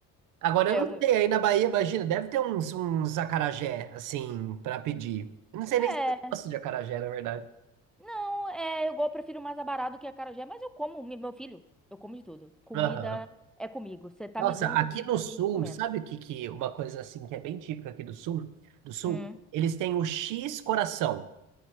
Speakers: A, on the right; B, in the centre.
A: Agora,
B: É,
A: eu não
B: um...
A: sei, aí na Bahia, imagina, deve ter uns, uns acarajé, assim, pra pedir. Eu não sei nem
B: é.
A: se eu gosto de acarajé, na verdade.
B: Não, é, eu go- prefiro mais abará do que acarajé, mas eu como, me- meu filho, eu como de tudo. Comida
A: Aham.
B: é comigo. Você tá
A: Nossa,
B: me dando
A: aqui
B: comida
A: no sul,
B: e eu tô comendo.
A: sabe o que, que uma coisa assim que é bem típica aqui do sul? Do sul,
B: Hum.
A: eles têm o X coração.